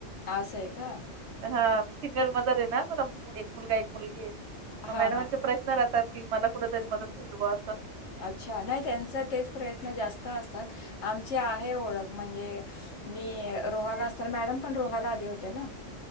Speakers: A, on the left; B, on the right.
A: आसं ए का?
B: हा... मी सिंगल मदर ए ना... मला एक मुलगा.. एक मुलगी ए...
A: हां,
B: मग मॅडमांचे
A: हां.
B: प्रश्न राहतात कि मला कुठंतरी मदत होईल बुवा असं
A: अच्छा... नाई त्यांचा तेच प्रयत्न जास्त असतात... आमच्या आहे ओळख म्हणजे... मी रोहाला असताना... मॅडम पण रोहाला आधी होत्या ना?